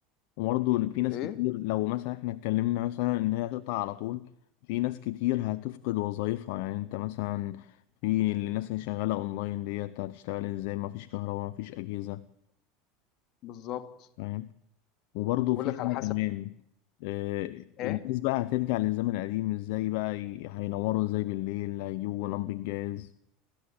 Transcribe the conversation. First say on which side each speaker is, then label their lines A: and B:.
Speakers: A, on the left; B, on the left.
A: وبرضه إن في ناس
B: ايه
A: كتير لو مثلا احنا اتكلمنا مثلا ان هي هتقطع على طول في ناس كتير هتفقد وظايفها يعني انت مثلا في الناس اللي شغالة اونلاين ديت هتشتغل ازاي مفيش كهرباء مفيش اجهزة
B: بالظبط
A: فاهم وبرضه
B: بقول
A: في
B: لك
A: حاجة
B: على حسب
A: كمان آه،
B: ايه
A: الناس بقى هترجع للزمن القديم ازاي بقى ي- هينوروا ازاي بالليل هيجيبوا لمبة جاز